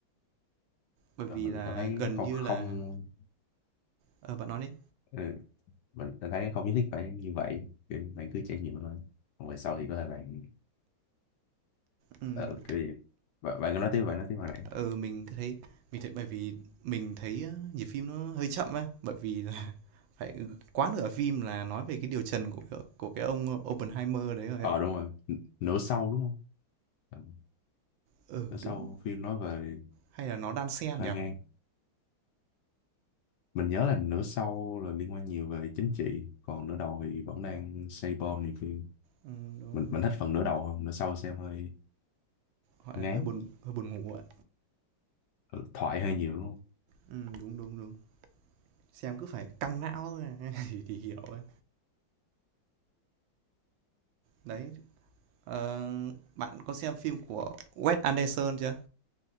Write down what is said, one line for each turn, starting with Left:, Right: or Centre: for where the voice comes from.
Right: Bởi vì
Left: ờ, mình
Right: là
Left: cảm thấy
Right: gần
Left: không
Right: như
Left: không
Right: là ờ, bạn nói đi.
Left: ừ, mình mình thấy không nhất thiết phải như vậy Kiểu như bạn cứ trải nghiệm thôi còn về sau thì có thể bạn
Right: Ừm,
Left: ờ,
Right: ừ,
Left: kiểu gì bạn, bạn cứ nói tiếp bạn nói tiếp hồi nãy
Right: ờ, mình thấy mình thấy bởi vì mình thấy á, nhịp phim nó hơi chậm á, bởi vì là <laughs> phải quá nửa phim là nói về cái điều trần của của cái ông Oppenheimer đấy rồi
Left: ờ
Right: ạ,
Left: đúng rồi N nửa sau đúng không Ừ,
Right: Ừ,
Left: nửa sau
Right: đúng,
Left: phim nói về
Right: hay là nó đan xen
Left: hơi
Right: nhỉ?
Left: ngang mình nhớ là nửa sau là liên quan nhiều về chính trị còn nửa đầu thì vẫn đang xây bom này kia
Right: Ừm, đúng,
Left: mình
Right: đúng,
Left: mình thích phần nửa đầu hơn nửa sau xem hơi
Right: gọi
Left: ngán
Right: hơi buồn hơi buồn ngủ ạ.
Left: ừ, thoại hơi nhiều đúng không
Right: Ừm, đúng, đúng, đúng. Xem cứ phải căng não thôi <laughs> thì thì hiểu ấy. Đấy, ờ, bạn có xem phim của Wes Anderson chưa?